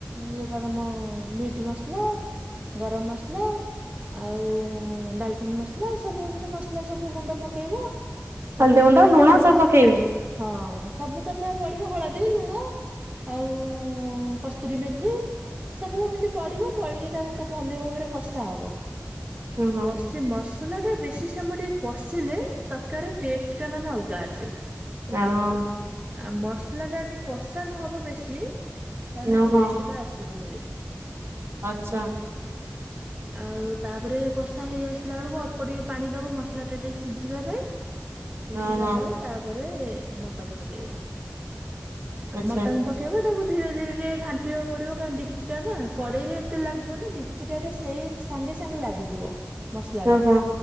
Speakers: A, on the right (about 25°); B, on the right (about 55°).
A: ଇଏ ଗରମ ମିଟି ମସଲା। ଗରମ ମସଲା ଆଉ ଡାଲଚିନି ମସଲା ସବୁ ଏମିତି ମସଲା ସବୁ ଗୁଣ୍ଡ ପକେଇବ।
B: ହଳଦୀ
A: ପକେଇକି
B: ଗୁଣ୍ଡ
A: ତାକୁ
B: ଲୁଣ
A: ଭଲ
B: ସବୁ ପକେଇବି
A: ହଁ ସବୁ କଥା ପଡିବ ହଳଦୀ ଲୁଣ ଆଉ ଉଁ କସ୍ତୁରୀ ମେଥି ସବୁ ଏମିତି ପଡିବ ପଡିକି ତାକୁ ଭଲି ଭାବରେ କଷା ହବ।
B: ହଁ ହଁ
A: କଷି ମସଲାଟା ବେଶୀ ସମୟ ଟିକେ କଷିଲେ ତରକାରୀ ଟେଷ୍ଟଟା ମାନେ ଅଲଗା ଆସେ।
B: ଏ ଆଉଁ
A: ଆ ମସଲାଟା ଯଦି କଷା ନ ହବ ବେଶୀ ତାଦେହେ
B: ଓହୋ
A: ଟେଷ୍ଟ ଟା ଆସିବନି ବେଶୀ।
B: ଆଛା।
A: ହ ଆଉ ତାପରେ କଷା ହେଇ ଆସିଲା ବେଳକୁ ଅଳ୍ପ ଟିକେ ପାଣି ଦେବ ମସଲାଟା ଟିକେ ସିଝିବା ପାଇଁ। ସିଝିଲା
B: ହଁ ହଁ
A: ପରେ ତାପରେ ମଟନ ପକେଇବ
B: ଆଚ୍ଛା
A: ଆ ମଟନ କେବେ ତାକୁ ଧୀରେ ଧୀରେ ଟିକେ ଘଣ୍ଟିବାକୁ ପଡିବ କା ଡିକଚିଟା ନା କଡ଼େଇ ରେ ଏତେ ଲାଗିବ ନାଚି ସେଟାରେ ସେଇ ସାଙ୍ଗେ ସାଙ୍ଗେ ଲାଗିଯିବ। ମସଲା
B: ଓହୋ।
A: ଟା